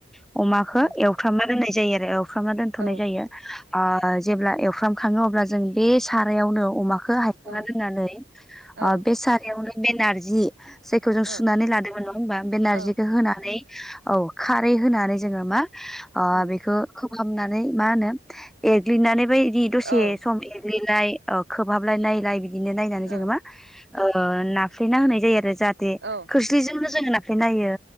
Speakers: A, in the centre; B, on the right.
A: <inaudible> अमाखो
B: ओ
A: एवफ्रामना दोननाय जायो आरो एवफ्रामना थ'नाय
B: ओं
A: जायो ओ जेब्ला एवफ्राम खाङो अब्ला जों बे सारायावनो अमाखो हायखांना
B: औ
A: दोननानै
B: ओं
A: ओ बे सारायावनो बे नारजि जेखौ जों
B: औ
A: सुनानै
B: औ
A: लादोंमोन नङा हमबा बे नारजिखो
B: औ
A: होनानै औ खारै होनानै जोङो मा? अ
B: उम
A: बेखौ खोब <unintelligible> नै मा होनो एग्लिनानै बैदि दसे
B: औ ओं
A: सम <unintelligible> एग्लिनाय ओ खोबहाबलाय नायलाय बि बिदिनो नायनानै
B: औ
A: जोङो मा ओ नाफ्लेना होनाय जायो आरो जाहाथे
B: औ
A: खोस्लिजोंनो जोङो नाफ्लेना होयो।